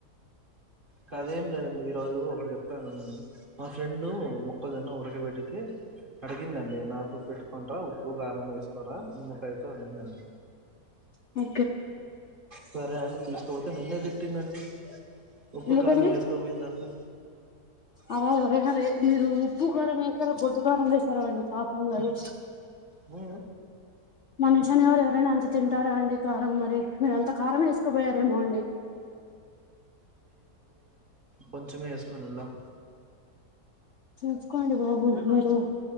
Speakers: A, on the right (about 35°); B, on the left (about 50°).
A: కాదేం లేదండి ఈ రోజు ఒకడ చెప్తా చూడండి మా ఫ్రెండు మొక్కజన్న ఉరకబెట్టితే అడిగిందండి నాకు పెట్టుకొనిరా ఉప్పు కారం వేసుకోరా నిమ్మకాయతో అనిందండి
B: ఉ
A: సరే అని తీసుకుపోతే నన్నే తిట్టిందండి ఉప్పు
B: ఎందుకండి
A: కారం వేసుకుపోయిన దానికి
B: అలా ఎవరైనా వె మీరు ఉప్పు కారం వేసారో గొడ్డు కారం వేసారో అండి పాపం కదు
A: ఉ
B: మనుష్యనివరు ఎవరైన అంత తింటారా అండి కారం మరి మీరంత కారం వేసుకుపోయారేమో అండి
A: కొంచమే వేసుకొని వెళ్ళాం
B: చూసుకోండి బాబు మీరు